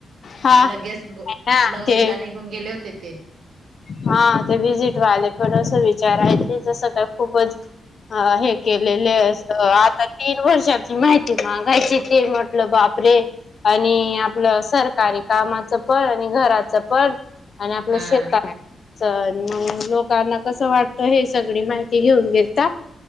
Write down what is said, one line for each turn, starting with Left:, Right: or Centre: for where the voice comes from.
Left: हा
Right: लगेच गो
Left: ना
Right: लंगडीला
Left: ते
Right: निघून गेले होते ते
Left: हा ते विजिट वाले थोडस विचारायचे जसं काय खूपच- ह हे केलेले असत आता तीन वर्षां- माहिती मागायची ते म्हटलं बापरे- आणि आपलं सरकारी कामाचं पण आणि घराच पण आणि आपलं
Right: हा
Left: शेत- च मग लोकांना कसं वाटत हे सगळी माहिती घेऊन घेत-